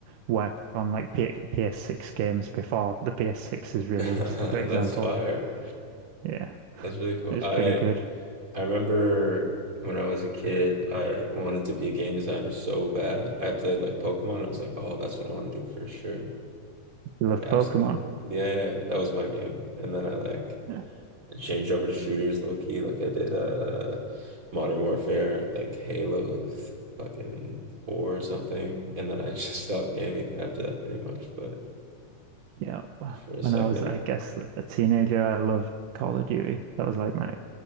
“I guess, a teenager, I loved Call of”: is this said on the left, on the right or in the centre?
Right